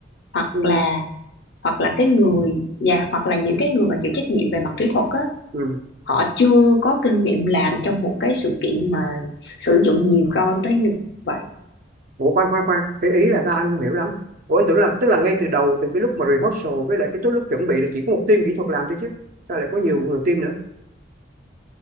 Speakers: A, on the left; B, on the right.
A: hoặc
B: Ừ.
A: là hoặc là cái người và hoặc là những cái người mà chịu trách nhiệm về mặt kỹ thuật á,
B: Ừ.
A: họ chưa có kinh nghiệm làm trong một cái sự kiện mà sử dụng nhiều drone tới như vậy
B: Ủa khoan khoan khoan cái ý là sao anh không hiểu lắm Ủa anh tưởng là tức là ngay từ đầu từ cái lúc mà rehearsal với lại cái lúc lúc chuẩn bị là chỉ có một team kỹ thuật làm thôi chứ sao lại có nhiều người team nữa